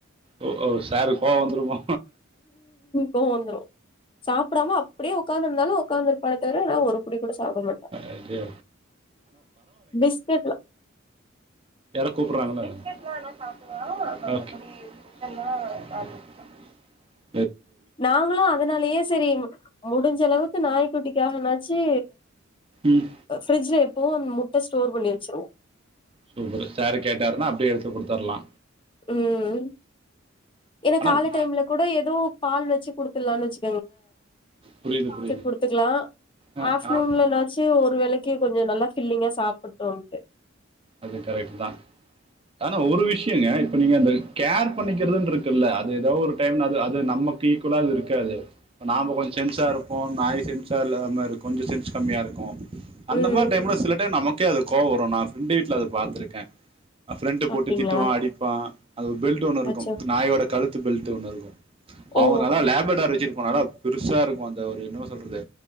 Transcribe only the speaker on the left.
கோவ் வந்துரு சாப்படாம அப்டியே உக்காந்துருந்தாலு உக்காந்துருப்பானே தவிர ஆனா ஒரு புடி கூட சாப்ட மாட்டா
பிஸ்கெட்லா
நாங்குளு அதனாலயே செரி முடிஞ்சளவுக்கு நாய்க்குட்டிக்காகனாச்சி
அ ஃப்ரிட்ஜ்ல எப்பவு அந் முட்ட ஸ்டோர் பண்ணி வெச்சிருவோ
ம் ஏனா
கால்ல
டைம்ல கூட எதோ பால் வெச்சி குடுத்தர்லான் வெச்சி
குடுத்துக்கலா
ஆஃப்டர்நூன்லனாச்சு
ஒரு வேளைக்கு கொஞ்சோ நல்லா ஃபில்லிங்கா சாப்புட்டோன்ட்டு
ம்
அப்டிங்களா
அச்சோ
ஓ